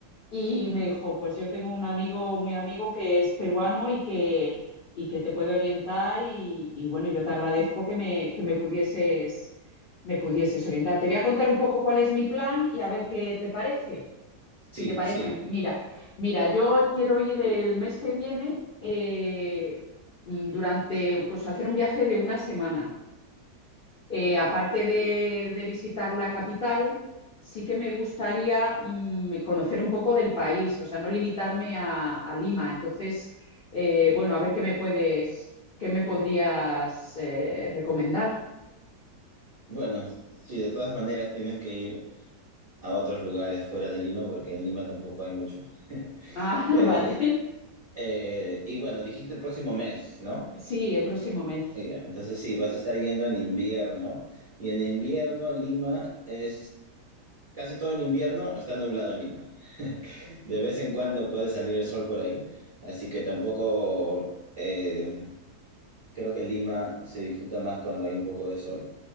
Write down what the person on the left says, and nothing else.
y me dijo, pues yo tengo un amigo, muy amigo, que es peruano y que, y que te puede orientar y, y bueno, yo te agradezco que me, que me pudieses, me pudieses orientar. Te voy a contar un poco cuál es mi plan y a ver qué te parece. Si
te parece,
mira, mira, yo quiero ir el mes que viene eh, durante, pues hacer un viaje de una semana. Eh, aparte de, de visitar la capital, sí que me gustaría mm, conocer un poco del país, o sea, no limitarme a, a Lima. Entonces, eh, bueno, a ver qué me puedes, qué me podrías eh, recomendar.
Ah, <laughs>
vale.
Sí, el próximo mes.